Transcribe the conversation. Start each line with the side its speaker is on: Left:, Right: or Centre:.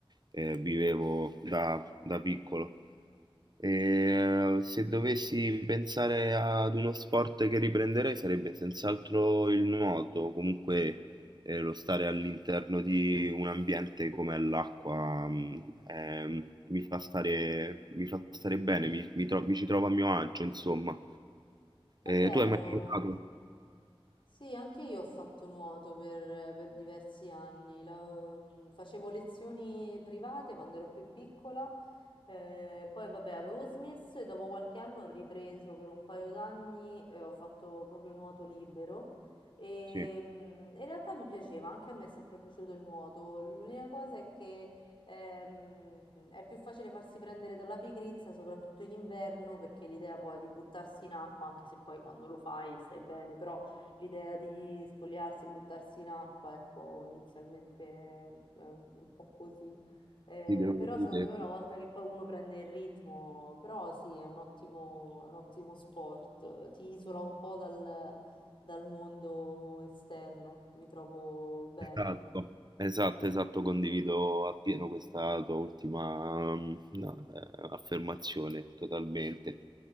Right: eh, vivevo da da piccolo. E se dovessi pensare ad uno sport che riprenderei sarebbe senz'altro il nuoto, comunque eh, lo stare all'interno di un ambiente come l'acqua mh, è- mi fa stare, mi fa stare bene, mi, mi tro- mi ci trovo a mio agio, insomma.
Left: È bello.
Right: Eh, tu hai mai nuotato?
Left: Sì, anche io ho fatto nuoto per, per diversi anni. La- mm, facevo lezioni private quando ero più piccola, eh, poi vabbè avevo smesso e dopo qualche anno ho ripreso per un paio d'anni e ho fatto proprio nuoto libero. E,
Right: Sì,
Left: mm, in realtà mi piaceva, anche a me è sempre piaciuto il nuoto. L'unica cosa è che ehm, è più facile farsi prendere dalla pigrizia, soprattutto in inverno, perché l'idea poi di buttarsi in acqua, anche se poi quando lo fai stai bene, però L'idea di spogliarsi e buttarsi in acqua, ecco, inizialmente è un un po' così. Eh,
Right: ti devo
Left: però
Right: dire.
Left: secondo me una volta che poi uno prende il ritmo, però sì, è un ottimo, è un ottimo sport, ti isola un po' dal, dal mondo esterno, mi trovo bene.
Right: Esatto, esatto, esatto, condivido appieno questa tua ultima mm, no, eh, affermazione, totalmente.